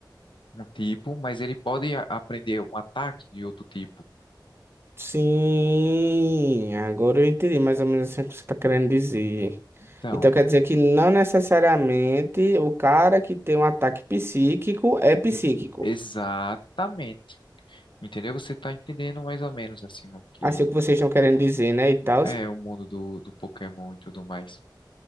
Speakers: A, on the left (about 80°); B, on the right (about 30°).
A: um tipo, mas ele pode a- aprender um ataque de outro tipo.
B: Sim, agora eu entendi mais ou menos assim o que você está querendo dizer.
A: Então.
B: Então quer dizer que não necessariamente o cara que tem um ataque psíquico é psíquico.
A: e- Exatamente. Entendeu? Você tá entendendo mais ou menos assim o que
B: Assim o que vocês estão querendo dizer, né? E tal,
A: é o mundo do, do Pokémon e tudo mais.